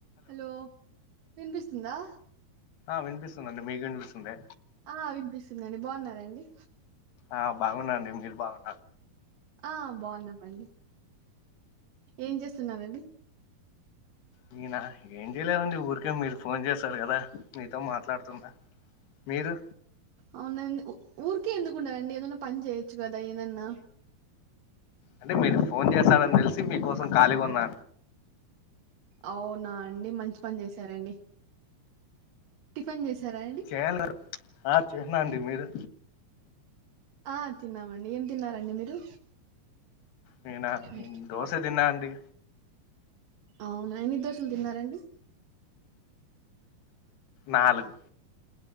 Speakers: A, on the right; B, on the left.
A: హలో వినిపిస్తుందా
B: ఆ వినిపిస్తుందండి మీకు వినిపిస్తుందే
A: ఆ వినిపిస్తుందండి బావున్నారండి
B: ఆ బావున్నాండి మీరు బావున్నార
A: ఆ బావున్నామండి ఏం చేస్తున్నరండి
B: నేనా ఏం చేయలేవండి ఊరికే మీరు ఫోన్ చేసారు కదా మీతో మాట్లాడుతున్న మీరు
A: అవునండి ఊరికే ఎందుకు ఉండాలండి ఏదన్నా పని చేయొచ్చు కదా ఏదన్నా
B: అంటే మీరు ఫోన్ చేస్తారని తెలిసి మీకోసం ఖాళీగా ఉన్న
A: అవునా అండి మంచి పని చేసారండి టిఫిన్ చేసారా
B: చేయాల ఆ చేసినా అండి మీరు
A: ఆ తిన్నామండి ఏం తిన్నారండి మీరు
B: నేనా
A: ఆటోమేటిక్.
B: దోస తిన్నా అండి
A: అవునా ఎన్ని దోసలు తిన్నారండి
B: నాలుగు